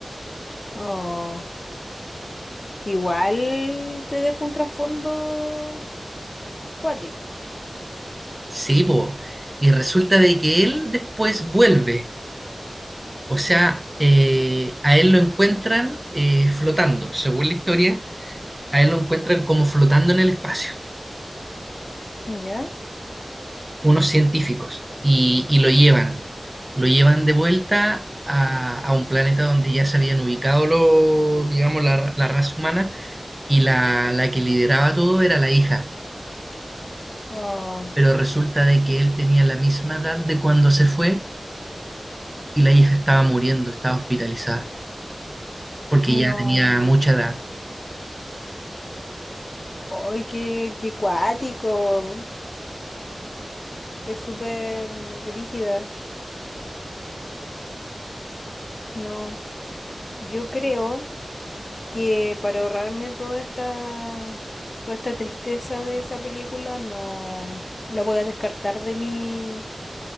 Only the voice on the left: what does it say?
oh, igual te dejo un trasfondo cuático.
¿Ya?
Oh,
no.
Ay, qué, qué cuático. Es súper brígida. No, yo creo. que para ahorrarme toda esta, toda esta tristeza de esa película, no la voy a descartar de mi,